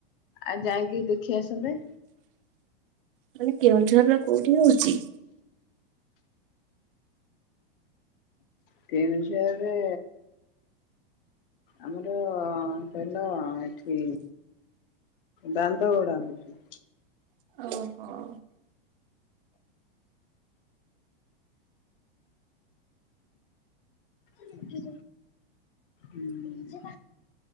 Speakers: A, on the left (about 65°); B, on the right (about 65°).
A: ଆଉ ଯାଇକି ଦେଖି ଆସନ୍ତେ
B: କହିଲି କେଉଁଝର ର କୋଉଠି ହଉଛି?
A: ତିନିଶହରେ ଆମର କହିଲ ଏଠି ବାନ୍ଦ ଗଡା ହଉଛି
B: ଓହୋ
A: <unintelligible> କ ହ